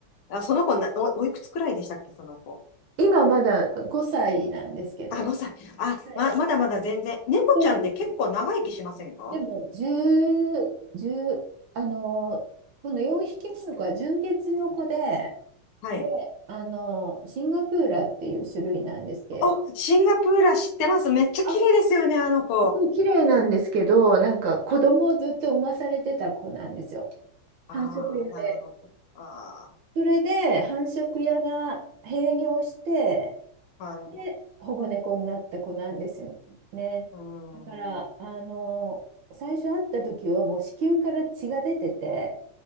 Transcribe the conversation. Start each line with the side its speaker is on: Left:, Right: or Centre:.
Left: ー、あ、その子な、お、おいくつくらいでしたっけ、その子。
Right: 今まだ5歳なんですけどね。
Left: あ、5歳。あ、
Right: はい、
Left: ま、まだまだ全然。猫ちゃんって結構長生きしませんか
Right: そうですね。でも、10、じゅうあの、この4匹目の子は純血の子で、
Left: はい。
Right: で、あの、シンガプーラっていう種類なんですけれど。
Left: お、シンガプーラ知ってます。めっちゃ綺麗ですよね、
Right: あ、
Left: あの子。
Right: すごい綺麗なんですけど、なんか子供をずっと産まされてた子なんですよ。
Left: あ
Right: 繁殖屋で。
Left: あ、なるほど。あ
Right: それで繁殖屋が閉業して、
Left: あ、はい。
Right: で、保護猫になった子なんですよね。
Left: うー
Right: だから、
Left: ん。
Right: あの、最初会った時はもう子宮から血が出てて、